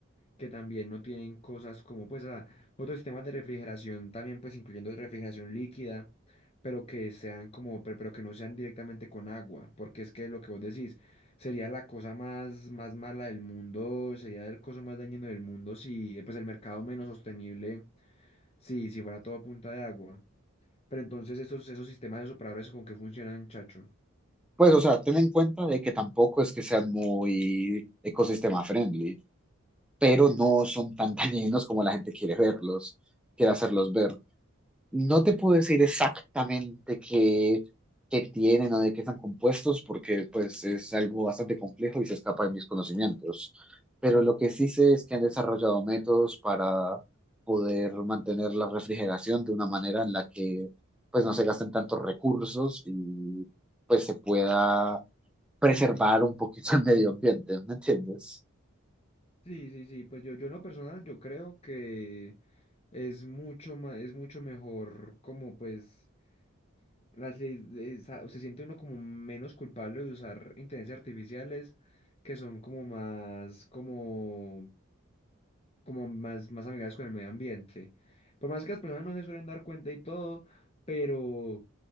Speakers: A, on the left; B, in the centre.
A: que también no tienen cosas como pues a- otros sistemas de refrigeración también pues incluyendo refrigeración líquida, pero que sean como pe- pero que no sean directamente con agua, porque es que lo que vos decís sería la cosa más más mala del mundo, sería el coso más dañino del mundo si eh, pues el mercado menos sostenible si si fuera todo a punta de agua. Pero entonces esos esos sistemas de operadores con qué funcionan, chacho.
B: Pues, o sea, ten en cuenta de que tampoco es que sean muy ecosistema friendly pero no son tan dañinos como la gente quiere verlos, quiere hacerlos ver. No te puedo decir exactamente qué, qué tienen o de qué están compuestos, porque pues es algo bastante complejo y se escapa de mis conocimientos. Pero lo que sí sé es que han desarrollado métodos para poder mantener la refrigeración de una manera en la que pues no se gasten tantos recursos y pues se pueda preservar un poquito el medio ambiente, ¿me entiendes?
A: Sí, sí, sí, pues yo, yo en lo personal yo creo que es mucho más, es mucho mejor como pues Las, leyes de esa- se siente uno como menos culpable de usar inteligencias artificiales que son como más, como, como más, más amigables con el medio ambiente. Por más que las personas no se suelen dar cuenta y todo, pero